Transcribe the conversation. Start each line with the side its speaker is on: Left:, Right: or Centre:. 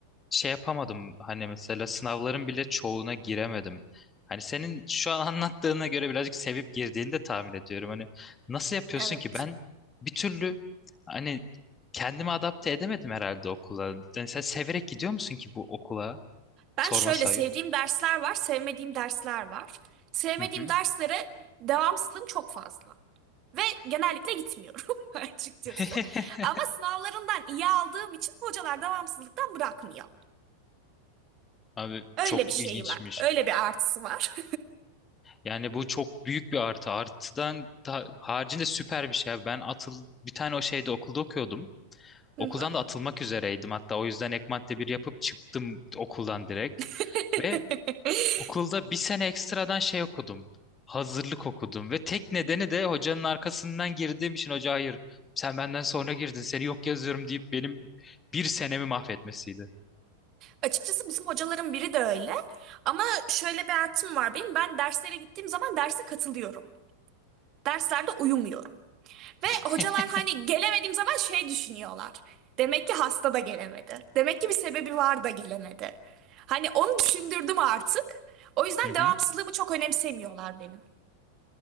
Left: şey yapamadım hani mesela sınavların bile çoğuna giremedim. Hani senin şu an <laughs> anlattığına göre birazcık sevip girdiğini de tahmin ediyorum. Hani nasıl yapıyorsun
Right: Evet.
Left: ki ben bir türlü hani kendimi adapte edemedim herhalde okula. Yani sen severek gidiyor musun ki bu okula?
Right: Ben
Left: Sorma
Right: şöyle
Left: sayıp.
Right: sevdiğim dersler var, sevmediğim dersler var. Sevmediğim
Left: Hı hı.
Right: derslere devamsızlığım çok fazla. Ve genellikle gitmiyorum <laughs> açıkçası.
Left: <laughs>
Right: Ama sınavlarından iyi aldığım için hocalar devamsızlıktan bırakmıyor.
Left: Abi
Right: Öyle
Left: çok
Right: bir şey
Left: ilginçmiş.
Right: var. Öyle bir artısı var.
Left: Yani bu çok büyük bir artı. Artıdan da- haricinde süper bir şey. abi. Ben atıl bir tane o şeyde okulda okuyordum.
Right: Hı
Left: Okuldan
Right: hı.
Left: da atılmak üzereydim hatta o yüzden ek madde bir yapıp çıktım okuldan direkt.
Right: <laughs>
Left: Ve okulda bir sene ekstradan şey okudum. Hazırlık okudum ve tek nedeni de hocanın arkasından girdiğim için hoca hayır sen benden sonra girdin seni yok yazıyorum deyip benim bir senemi mahvetmesiydi.
Right: Açıkçası bizim hocaların biri de öyle. Ama şöyle bir artım var benim. Ben derslere gittiğim zaman derse katılıyorum. Derslerde uyumuyorum. Ve
Left: <laughs>
Right: hocalar hani gelemediğim zaman şey düşünüyorlar. Demek ki hasta da gelemedi. Demek ki bir sebebi var da gelemedi. Hani onu düşündürdüm artık. O yüzden
Left: Hı hı.
Right: devamsızlığımı çok önemsemiyorlar benim.